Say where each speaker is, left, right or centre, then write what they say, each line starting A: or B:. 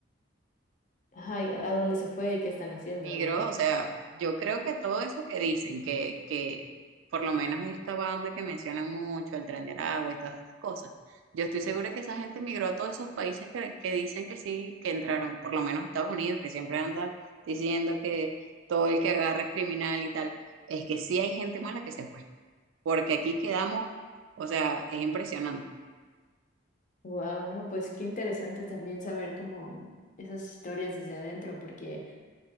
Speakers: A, on the left; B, on the right.
A: Ajá, ¿y a dónde se fue y qué están haciendo,
B: migró,
A: no?
B: o sea, yo creo que todo eso que dicen, que, que por lo menos esta banda que mencionan mucho, el Tren de Aragua y todas estas cosas, yo estoy segura que esa gente migró a todos esos países que, que dicen que sí, que entraron, por lo menos Estados Unidos, que siempre anda diciendo que todo el que agarra es criminal y tal, es que sí hay gente mala que se fue, porque aquí quedamos, o sea, es impresionante.
A: Wow, no, pues qué interesante también saber como esas historias desde adentro, porque